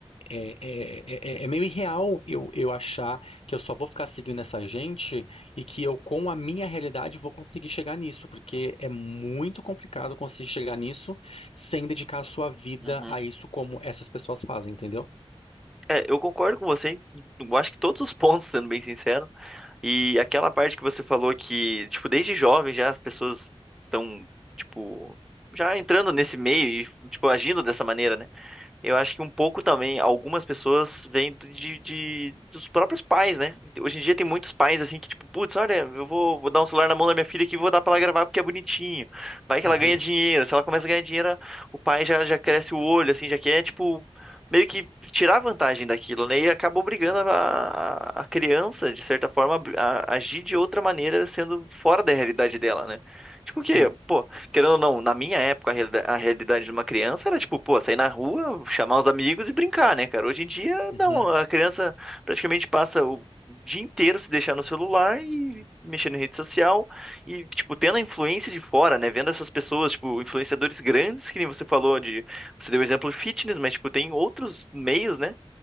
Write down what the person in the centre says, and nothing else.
uhum.
É, eu concordo com você, em- eu acho que todos os pontos, sendo bem sincero, E aquela parte que você falou que, tipo, desde jovem já as pessoas estão, tipo, já entrando nesse meio e, tipo, agindo dessa maneira, né? Eu acho que um pouco também, algumas pessoas vêm do- de, de- dos próprios pais, né? Hoje em dia tem muitos pais assim que, tipo, putz, olha, eu vou, vou dar um celular na mão da minha filha aqui e vou dar pra ela gravar porque é bonitinho. Vai que ela
ganha dinheiro. Se ela começa a ganhar dinheiro, o pai já, já cresce o olho, assim, já quer, tipo, meio que tirar vantagem daquilo, né? E acaba obrigando a, a- a criança, de certa forma, a, a agir de outra maneira, sendo fora da realidade dela, né? Tipo o quê?
Pô. Querendo ou não, na minha época, a realida- a realidade de uma criança era tipo, pô, sair na rua, chamar os amigos e brincar, né, cara? Hoje em dia,
não, a criança praticamente passa o dia inteiro se deixar no celular e mexendo em rede social e, tipo, tendo a influência de fora, né? Vendo essas pessoas, tipo, influenciadores grandes, que nem você falou de. Você deu o exemplo de fitness, mas, tipo, tem outros meios, né?